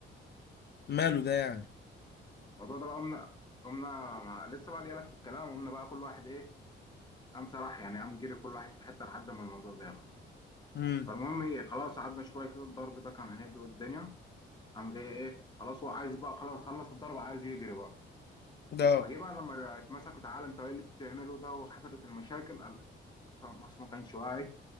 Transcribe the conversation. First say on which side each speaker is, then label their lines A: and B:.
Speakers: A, on the left; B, on the left.
A: ماله ده يعني
B: الموضوع ده بقى قمنا قمنا مع... لسه بقى جايلك في الكلام قمنا بقى كل واحد ايه قام سرح يعني قام جري كل واحد في حته لحد ما الموضوع ده يخلص
A: امم
B: فالمهم ايه خلاص قعدنا شويه كده الضرب ده كان هيهدي الدنيا قام جاي ايه خلاص هو عايز بقى خلاص خلص الضرب عايز يجري بقى
A: ده
B: فجه بقى لما اتمسكوا تعالى انت ايه اللي بتعمله ده وحصلت المشاكل قال لك اطلع مصر ما كانش واعي